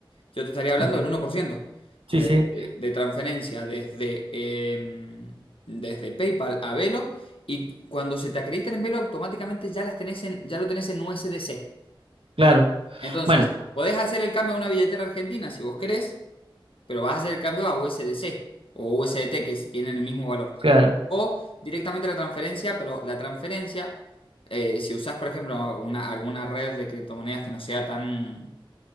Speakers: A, on the left; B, on the right.
A: Yo te estaría hablando
B: Ujú.
A: del 1% de,
B: Sí, sí,
A: de, de transferencia desde, eh, desde PayPal a Velo y cuando se te acreditan en Velo automáticamente ya las tenés en, ya lo tenés en USDC.
B: claro.
A: Entonces,
B: Bueno,
A: podés hacer el cambio a una billetera argentina si vos querés, pero vas a hacer el cambio a USDC o USDT que es- tienen el mismo valor.
B: claro,
A: O directamente la transferencia, pero la transferencia, eh, si usás, por ejemplo, una, alguna red de criptomonedas que no sea tan